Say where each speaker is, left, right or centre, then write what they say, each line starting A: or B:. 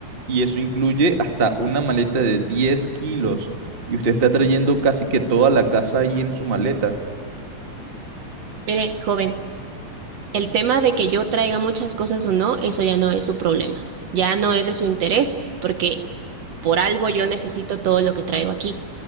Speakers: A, on the right; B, on the right.
A: y eso incluye hasta una maleta de 10 kilos y usted está trayendo casi que toda la casa ahí en su maleta.
B: Mire, joven, el tema de que yo traiga muchas cosas o no, eso ya no es su problema. Ya no es de su interés, porque por algo yo necesito todo lo que traigo aquí.